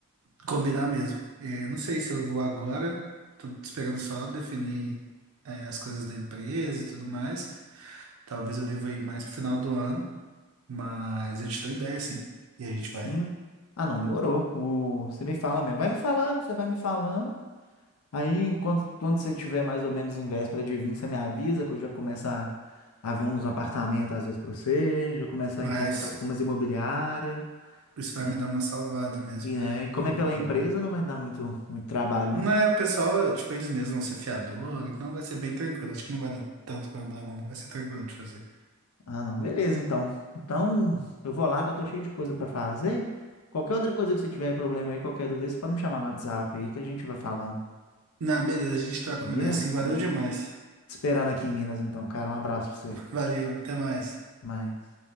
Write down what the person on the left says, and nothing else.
Sim.
Ah, não, demorou. O... Você me fala mesmo. Vai me falando, você vai me falando. Aí, quando, quando você tiver mais ou menos em véspera de vir, você me avisa que eu já começo a, a ver uns apartamentos às vezes para você, já começo a
entrar em contato com umas imobiliárias,
né?
E aí, como
é pela
empresa, não vai dar muito, muito trabalho,
não?
Ah, não. Beleza, então. Então, eu vou lá que eu tô cheio de coisa para fazer. Qualquer outra coisa que você tiver problema aí, qualquer dúvida, você pode me chamar no WhatsApp aí que a gente vai falando,
beleza?
No-
Te esperando aqui em Minas, então, cara. Um abraço pra você.
Até mais.